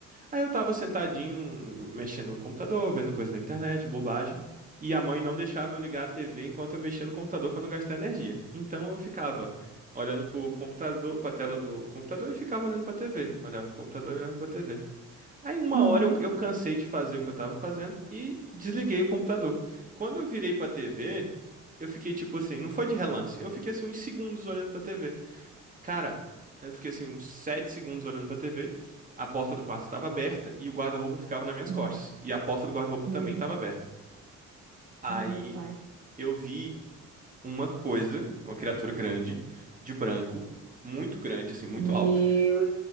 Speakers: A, on the right; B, on the right.
A: Aí eu tava sentadinho, mexendo no computador, vendo coisa da internet, bobagem. E a mãe não deixava eu ligar a TV enquanto eu mexia no computador pra não gastar energia. Então eu ficava olhando pro computador, pra tela do computador e ficava olhando pra TV. Olhava pro computador e olhava pra TV. Aí uma
B: Uhum.
A: hora eu, eu cansei de fazer o que eu tava fazendo e desliguei o computador. Quando eu virei pra TV, eu fiquei tipo assim, não foi de relance, eu fiquei assim uns segundos olhando pra TV. Cara, eu fiquei assim uns 7 segundos olhando pra TV. A porta do quarto tava aberta e o guarda-roupa ficava nas minhas
B: Não,
A: costas. E a porta do guarda-roupa
B: meu
A: também
B: Deus.
A: tava aberta. Aí
B: Ai, meu pai.
A: eu vi uma coisa, uma criatura grande, de branco, muito grande, assim, muito
B: Meu
A: alto,